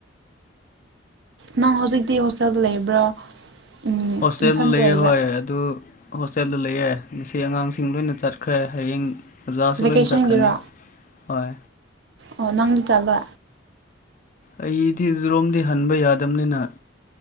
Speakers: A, on the right (about 60°); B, on the left (about 40°).
A: ꯅꯪ ꯍꯧꯖꯤꯛꯇꯤ ꯍꯣꯁꯇꯦꯜꯗ ꯂꯩꯕ꯭ꯔꯣ ꯎꯝ
B: ꯍꯣꯁꯇꯦꯜꯗ
A: ꯅꯊꯟꯇ
B: ꯂꯩꯑꯦ
A: ꯂꯩꯕ꯭ꯔꯥ
B: ꯍꯣꯏ ꯑꯗꯨ ꯍꯣꯁꯇꯦꯜꯗ ꯂꯩꯑꯦ ꯉꯁꯤ ꯑꯉꯥꯡꯁꯤꯡ ꯂꯣꯏꯅ ꯆꯠꯈ꯭ꯔꯦ ꯍꯌꯦꯡ ꯑꯣꯖꯥꯁꯨ
A: ꯚꯦꯀꯦꯁꯟꯒꯤꯔꯣ
B: ꯂꯣꯏ ꯆꯠꯈ꯭ꯔꯅꯤ ꯍꯣꯏ
A: ꯑꯣ ꯅꯪꯗꯤ ꯆꯠꯂ
B: ꯑꯩꯗꯤ ꯖꯔꯣꯝꯗꯤ ꯍꯟꯕ ꯌꯥꯗꯕꯅꯤꯅ